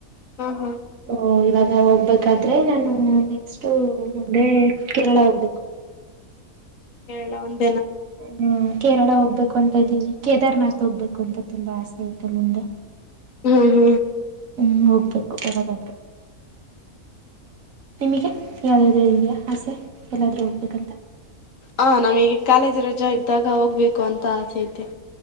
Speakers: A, on the left; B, on the right.
A: ಹಾ ಹಾ
B: ಓ ಇಲ್ಲಾಗ ಹೋಗ್ಬೇಕಾದ್ರೆ ನಾನು ನೆಕ್ಸ್ಟ್ ಅ ಕೇರಳ ಉ
A: ಕೇಳ ಒಂದು
B: ಹ್ಮ್ ಕೇರಳ ಹೋಗ್ಬೇಕು ಅಂತ ಇದ್ದೀವಿ ಕೇದಾರ್ನಾಥ್ ತೋಗ್ಬೇಕು ಅಂತ ತುಂಬಾ ಆಸೆ ಐತೆ ಮುಂದೆ
A: ಹ್ಮ್ ಹ್ಮ್
B: ಹ್ಮ್ ಹೋಗ್ಬೇಕು ಯಾದಾದ್ರುೂ ನಿಮಗೆ ಯಾವ್ದಾದ್ ಇದೆಯಾ ಆಸೆ ಎಲ್ಲಾದ್ರೂ ಹೋಗ್ಬೇಕಂತ
A: ಹ ನಮಗೆ ಕಾಲೇಜ್ ರಜಾ ಇದ್ದಾಗ ಹೋಗ್ಬೇಕು ಅಂತ ಆಸೆ ಐತೆ